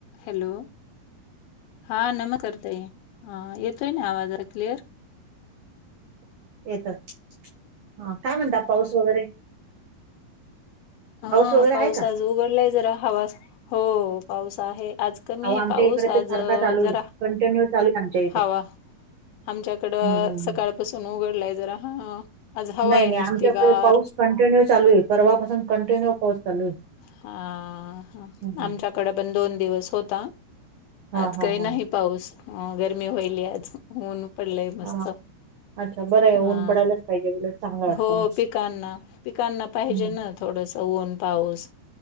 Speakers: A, on the left; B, on the right.
A: Hello, हा नमकर ताई हा येतोय ना आवाज क्लियर
B: येतोय. हा काय म्हणता पाऊस वगैरे,
A: हा,
B: वगैरे
A: पाऊस
B: आहे का
A: आज उघडलाय जरा हवा हो पाऊस आहे. आज कमी
B: अहो
A: आहे.
B: आमच्या
A: पाऊस
B: इकडे तर
A: आज
B: सारखा चालू
A: जरा
B: आहे कंटिन्यू चालू आहे आमच्या इथे
A: हवा आमच्याकडं
B: हम्म हम्म
A: सकाळपासून उघडलाय जरा ह आज हवा
B: नाही
A: आहे
B: नाही
A: नुसती
B: आमच्याकडे
A: गार
B: पाऊस कंटिन्यू चालू आहे. परवापासून कंटिन्यू पाऊस चालू आहे.
A: हा हा,
B: हम्म हम्म.
A: आमच्याकडे पण दोन दिवस होता.
B: हा
A: आज
B: हा
A: काही नाही
B: हा,
A: पाऊस गरमी व्हायला. आज ऊन पडलंय मस्त.
B: हा अच्छा बरं हाय,
A: हा
B: ऊन पडयलाच पाहिजे. उलट चांगलं वाटतं
A: हो,
B: मग
A: पिकांना -पिकांना पाहिजे
B: हम्म
A: ना थोडस ऊन. पाऊस